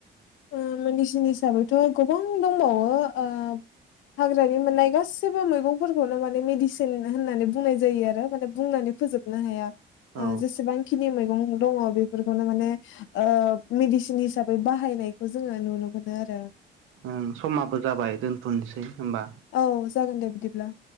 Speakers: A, on the left; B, on the right.
A: ओ मेदिसिन हिसाबैथ' गोबां दंबावो ओ हाग्रानि मोननाय गाससिबो मैगंफोरखौनो माने मेडिसिन होननानै बुंनाय जायो आरो माने बुंनानै फोजोबनो हाया
B: औ
A: ओ जेसेबां खिनि मैगं दङ बेफोरखौनो माने ओ मेडिसिन हिसाबै बाहायनाय खौ जोङो नुनो मोनो आरो
B: ओ समाबो जाबाय दोनथ'नोसै होमबा
A: औ जागोन दे बिदिब्ला